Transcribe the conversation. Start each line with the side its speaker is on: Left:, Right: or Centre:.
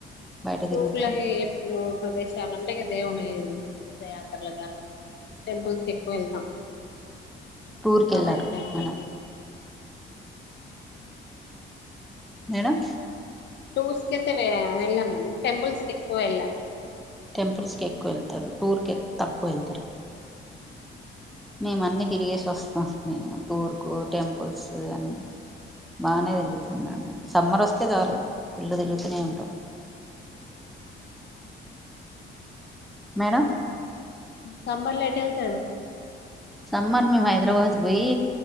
Centre: బయట తిరుగుతారా
Left: టూర్లకి ఎప్పుడు <unintelligible> చాలంటే ఇగ దేవుని తీర్థయాత్రల కట్ల టెంపుల్స్ కి ఎక్కువ వెళ్తాం
Centre: టూర్కి
Left: శివాలయం
Centre: వెళ్ళారు
Left: టెంపుల్కి
Centre: మేడం
Left: <inaudible>
Centre: మేడం
Left: టూర్స్ కయితే వెళ్ళాం మేడమ్ టెంపుల్స్ కి ఎక్కువ వెళ్ళాం
Centre: టెంపుల్స్ కి ఎక్కువ వెళ్తారు టూర్ క తక్కువ వెళ్తారు మే అందుకే తిరిగేస్ వస్తాం మేము టూర్కు టెంపుల్స్ అని బాగానే తిరుగుతాం మేడం మేము సమ్మర్ ఒస్తే చాలు పుల్ తిరుగుతనే ఉంటం
Left: ఒక ప్లేట్ తినదుక
Centre: మేడం
Left: సమ్మర్ల ఎటు వెళ్తారు మేడం
Centre: సమ్మర్ మేము హైదరాబాద్ పోయి